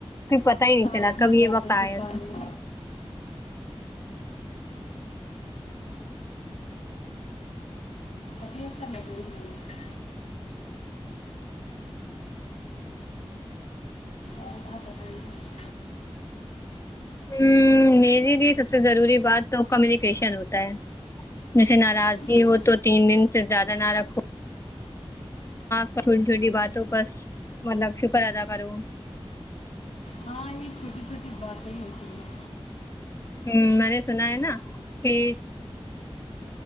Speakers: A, on the left; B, on the left.
A: کوئی پتا ہی نہیں
B: ساتھ
A: چلا کبھی
B: میں جاتے
A: یہ وقت آیا
B: تھے
A: اس
B: کالج
A: کا
B: ابھی ایسا ملور ہی نہیں <inaudible> اور آپ بتائیں گے
A: ہ میری لیے سب سے ضروری بات تو کمیونیکیشن ہوتا ہے میرے سے ناراضگی
B: ہوں،
A: ہو تو تین دن سے زیادہ نہ رکھو آپ کا چھوٹی چھوٹی باتوں پر مطلب شکر ادا کروں
B: ہاں یہ چھوٹی چھوٹی باتیں ہی ہوتی ہیں
A: ہ میں نے سنا ہے نا کہ